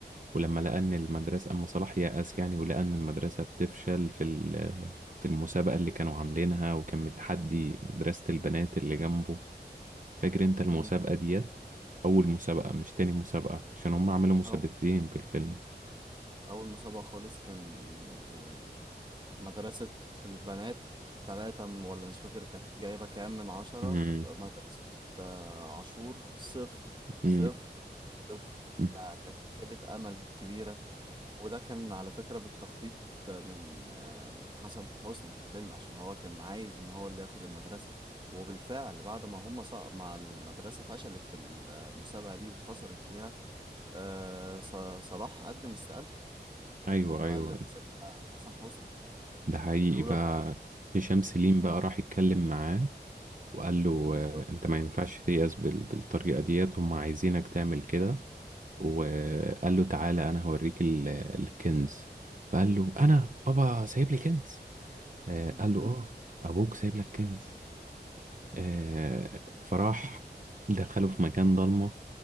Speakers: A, on the right; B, on the right.
A: ولما لقى ان المدرسه اما صلاح يأس يعني ولقى ان المدرسه بتفشل في ال- في المسابقه اللي كانوا عاملينها وكان متحدي مدرسه البنات اللي جنبه فاكر انت المسابقه
B: مم.
A: ديت أول مسابقة مش تاني مسابقة عشان هم عملوا مسابقتين
B: اول
A: في الفيلم
B: اول مسابقه خالص كان يعني مدرسه البنات تلاتة من- ولا مش فاكر كانت جايبه كام من عشرة
A: مم.
B: مدرسه آه، عاشور صفر صفر
A: مم.
B: صفر
A: <coughs>
B: فكانت
A: <laughs>
B: خيبه امل كبيره وده كان على فكرة بالتخطيط من آه، من حسن حسني في الفيلم عشان هو كان عايز ان هو اللي ياخد المدرسة وبالفعل بعد ما هم سقط مع المدرسة فشلت في المسابقة دي وخسرت فيها آه، ص- صلاح قدم استقالته
A: أيوه
B: وبقى
A: أيوه
B: اللي مسكها حسن حسني
A: ده حقيقي
B: لولا
A: بقى
B: بقى
A: هشام
B: إن-
A: سليم بقى راح يتكلم معاه وقال له
B: بالظبط
A: آه، أنت ما ينفعش تيأس بال- بالطريقة ديت هم عايزينك تعمل كده وقال له تعالى أنا هوريك ال- الكنز فقال له أنا بابا سايب لي كنز آه،
B: <laughs>
A: قال له آه أبوك سايب لك كنز آه، فراح دخله في مكان ضلمة